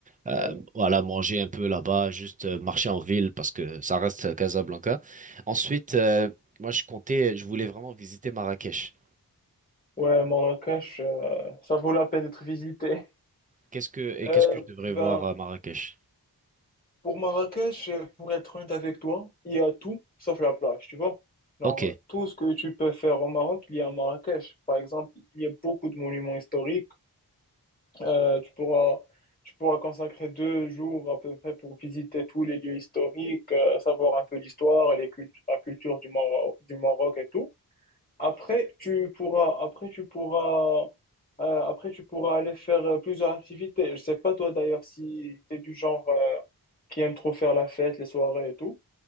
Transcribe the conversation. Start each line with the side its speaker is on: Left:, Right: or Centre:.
Right: euh,
Left: ouais.
Right: voilà, manger un peu là-bas, juste euh, marcher en ville parce que ça reste euh, Casablanca. Ensuite, euh, moi, je comptais, je voulais vraiment visiter Marrakech.
Left: Ouais, Marrakech, euh, ça vaut la peine d'être visité. <laughs>
Right: Qu'est-ce que, et
Left: Euh,
Right: qu'est-ce que je devrais
Left: ben,
Right: voir à Marrakech?
Left: pour Marrakech, euh, pour être honnête avec toi, il y a tout sauf la plage, tu vois. Genre,
Right: Ok.
Left: tout ce que tu peux faire au Maroc, il y a à Marrakech. Par exemple, il y a beaucoup de monuments historiques. Euh, tu pourras, tu pourras consacrer deux jours à peu près pour visiter tous les lieux historiques, euh, savoir un peu l'histoire, les cultu- la culture du Maroc, du Maroc et tout. Après, tu pourras, après, tu pourras, euh, après, tu pourras aller faire euh, plusieurs activités. Je sais pas toi d'ailleurs si tu es du genre euh, qui aime trop faire la fête, les soirées et tout,